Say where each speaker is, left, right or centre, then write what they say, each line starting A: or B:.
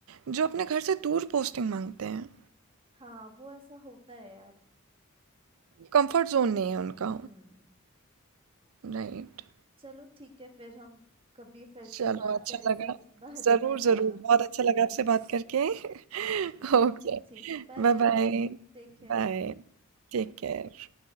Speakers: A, on the right; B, on the right.
A: जो अपने घर से दूर पोस्टिंग मांगते हैं
B: हाँ वो ऐसा होता है यार
A: कंफर्ट जोन नहीं है उनका
B: हम्म
A: राइट
B: चलो ठीक है फिर हम कभी फिर से
A: चलो
B: बात
A: अच्छा
B: करेंगे
A: लगा।
B: इस बारे
A: ज़रूर,
B: में
A: ज़रूर,
B: हाँ
A: बहुत अच्छा लगा आपसे बात करके। <laughs>
B: बिल्कुल
A: Okay, bye bye.
B: ठीक है बाय बाय
A: Bye,
B: Take care
A: bye, take care.